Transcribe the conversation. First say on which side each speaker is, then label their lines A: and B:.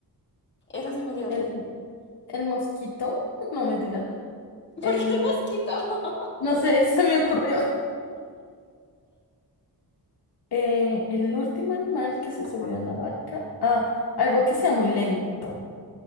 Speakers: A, on the left; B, on the left.
A: Ese sí me dio
B: El,
A: risa.
B: el mosquito, <laughs> no
A: No.
B: mentira.
A: <laughs> ¿Por
B: El,
A: qué el mosquito? <laughs>
B: no sé, <laughs> se me ocurrió. Eh, el último animal que se subió
A: Ah.
B: a la barca. Ah, algo que sea muy lento.